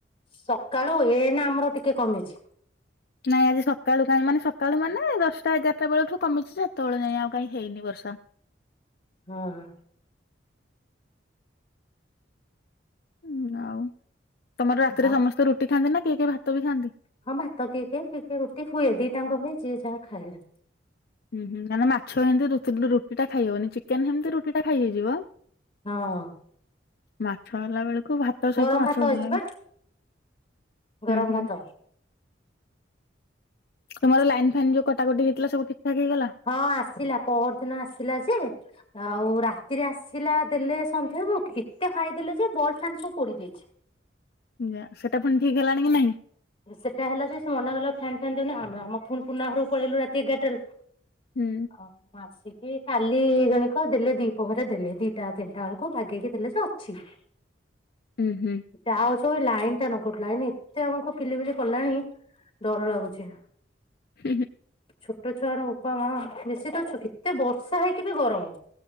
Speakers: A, on the left (about 30°); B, on the left (about 60°).
A: ସକାଳୁ ଏଇନା ଆମର ଟିକେ କମିଚି।
B: ନାଇଁ ଆଜି ସକାଳୁ କାଇଁ ମାନେ ସକାଳୁ ମାନେ ଦଶଟା ଏଗାରଟା ବେଳଠୁ କମିଚି ଯେ ଏତୋବେଳେ ଯାଏଁ ଆଉ କାହିଁ ହେଇନି ବର୍ଷା।
A: ହଁ ହଁ
B: ଉଁ ଆଉ ତମର ରାତିରେ
A: ହଁ
B: ସମସ୍ତେ ରୁଟି ଖାଆନ୍ତି ନା କେହି କେହି ଭାତ ବି ଖାଆନ୍ତି?
A: ହଁ ଭାତ କିଏ କିଏ କିିଏ କିଏ ରୁଟି ହୁଏ ଦିଟାଆଙ୍କ ହୁଏ ଯିଏ ଯାହା ଖାଇଲା।
B: ଉଁହୁଁ କାରଣ ମାଛ ହେମତି ରୁତୁ ରୁଟିଟା ଖାଇହବନି ଚି ଚିକେନ ହେମତି ରୁଟିଟା ଖାଇହେଇଯିବ
A: ହଁ
B: ମାଛ ହେଲାବେଳକୁ ଭା ତା ସହିତ
A: ଗରମ
B: ମାଛ
A: ଭାତ
B: ଭଲନାଗେ
A: ହେଇଛି ବା ଗରମ
B: ଉଁହୁଁ।
A: ଭାତ
B: ତୁମର ଲାଇନ୍ ଫାଇନ୍ ଯୋଉ କଟାକଟି ହେଇଥିଲା ସବୁ ଠିକଠାକ ହେଇଗଲା।
A: ହଁ ଆସିଲା ପହରଦିନ ଆସିଲା ଯେ ଆଉ ରାତିରେ ଆସିଲା ଦେଲେ ସନ୍ଧ୍ୟା ହେବ ଏତେ ହାଇ ଦେଲେ ଯେ ବଲ ଫ୍ୟାନ୍ ସବୁ ପୋଡି ଦେଇଚି। <unintelligible>
B: ନା ସେଟା ପୁଣି ଠିକ ହେଲାଣି କି ନାହିଁ?
A: ସେଇଟା ହେଲା ଯେ ସେ ମନା ଗଲା ଫ୍ୟାନ୍ ଫନ୍ ଦଉନି ଆମ ଆମ ପୁଣି ପୁରୁଣା ଘରକୁ ପଳେଇଲୁ ରାତି ଏଗାରଟାରୁ।
B: ହୁଁ।
A: ଓ ମାସ ଆସିକି କାଲି ଜଣିକ ଦେଲେ ଦିପ ପହରେ ଦେଲେ ଦିଟା ତିନିଟା ବେଳକୁ ଭଗେଇକି ଦେଲେ ଯେ ଅଛି। <inaudible>
B: ଉଁ ହୁଁ।
A: ଯାହା ହଉଛି ହଉ ଲାଇନ ଟା ନ କଟୁ ଲାଇନ ଏତେ ଆମକୁ କିଲି ବିଲି କଲାଣି। ଡର ଲାଗୁଚି।
B: ହୁଁ ହୁଁ।
A: ଛୋଟ ଛୁଆର ବୋପା ମା ବେଶୀ ତ ଏତେ ବର୍ଷା ହେଇକ ବି ଗରମ।